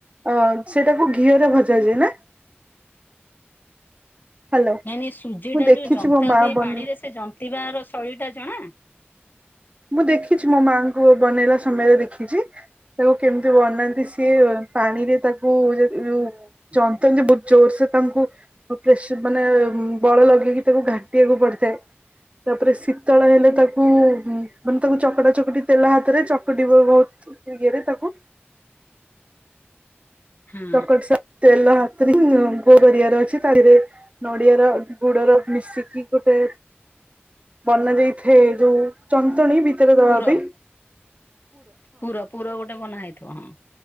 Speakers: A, on the right (about 30°); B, on the left (about 50°).
A: ଅ ସେଟାକୁ ଘିଅରେ ଭଜାଯାଏ ନା। ହ୍ୟାଲୋ
B: ନାଇଁ ନାଇଁ ସୁଜି
A: ମୁଁ
B: ଟା
A: ଦେଖିଛି
B: ଯୋଉ ଜନ୍ତା
A: ମୋ ମା
B: ହୁଏ
A: ବନେଇ
B: ପାଣିରେ ସେ ଜନ୍ତିବାର ଶୈଳୀ ଟା ଜଣା।
A: ମୁଁ ଦେଖିଚି ମୋ ମାଆଙ୍କୁ ବନେଇଲା ସମୟରେ ଦେଖିଚି। ତାକୁ କେମିତି ବନାନ୍ତି, ସିଏ ପାଣିରେ ତାକୁ ଯେ ଯୋଉ ଜନ୍ତତି ବହୁତ ଜୋର ସେ ତାଙ୍କୁ। ଅ ପ୍ରେସ ମାନେ ବଳ ଲଗେଇକି ତାକୁ ଘାଣ୍ଟିବାକୁ ପଡିଥାଏ। ତାପରେ ଶୀତଳ ହେଲେ ତାକୁ ମାନେ ତାକୁ ଚକଟା ଚକଟି ତେଲ ହାତରେ ଚକଟି ବ ବହୁତ ଇଏରେ ତାକୁ।
B: ହଁ
A: ଚକଟି ସା ତେଲ ହାତରେ ହିଁ ଗୋଲ କରିବାର ଅଛି ତା ଇ ଇଏରେ। ନଡିଆ ର ଗୁଡର ମିଶିକି ଗୋଟେ। ବନା ଯାଇଥାଏ ଯୋଉ ଚନ୍ତଣୀ ଭିତରେ ଦଲନ୍ତି।
B: ପୁର ପୁର ପୁର ଗୋଟେ ବନା ହେଇଥିବ ହଁ।